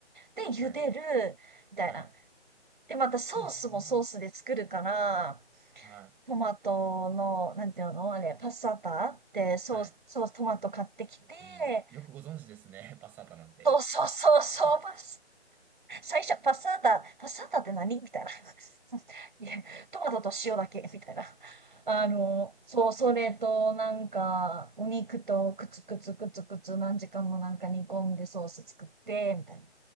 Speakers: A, on the right; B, in the centre.
A: で、茹でる、
B: はい。
A: みたいな。
B: はい。
A: で、またソースもソースで作るから、
B: へえはい。
A: トマトの、なんていうのあれ、パッサータってソース、
B: はい。
A: ソース、トマト買ってきて、
B: うん、よくご存知ですね、<laughs> パスタータなんて。
A: そうそうそうそう、
B: <laughs>
A: パス、最初、パッサータ、パッサータって何みたいな。<laughs> いや、トマトと塩だけ、みたいな。あの、そう、それと、なんか、お肉とくつくつくつくつ何時間もなんか煮込んでソース作って、みたいな。